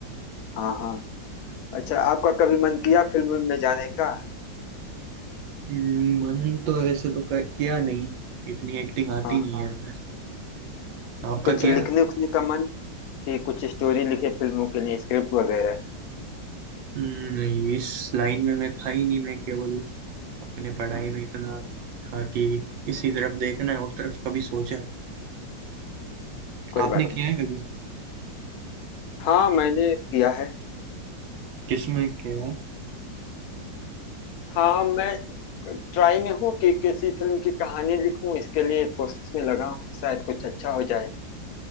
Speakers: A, on the left; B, on the right.
A: हाँ हाँ अच्छा आपका कभी मन किया फिल्म में जाने का
B: हम्म, मन तो वैसे तो कर, किया नहीं इतनी एक्टिंग आती
A: हाँ
B: नहीं है हमें आपका
A: कुछ
B: किया
A: लिखने उखने का मन कि कुछ स्टोरी लिखे फिल्मों के लिए स्क्रिप्ट वगैरह
B: हम्म, नहीं इस लाइन में मैं था ही नहीं मैं केवल अपने पढ़ाई में इतना था कि इसी तरफ देखना है उस तरफ कभी सोचा है
A: कोई
B: आपने
A: बात नहीं
B: किया है कभी
A: हाँ मैंने किया है
B: किसमें किया है
A: हाँ हाँ, मैं ट्राई में हूँ कि किसी फिल्म की कहानी लिखूं इसके लिए कोशिश में लगा हूँ शायद कुछ अच्छा हो जाए